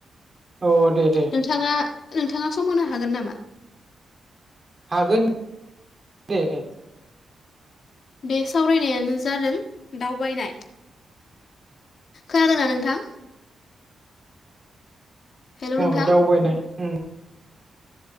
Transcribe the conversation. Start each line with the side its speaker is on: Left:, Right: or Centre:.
Right: औ दे दे
Left: नोंथाङा नोंथाङा सम होनो हागोन नामा
Right: हागोन दे दे
Left: बे सावरायनायानो जादों दावबायनाय खोनादों ना नोंथां हेलौ नोंथां
Right: अ दावबायनाय उम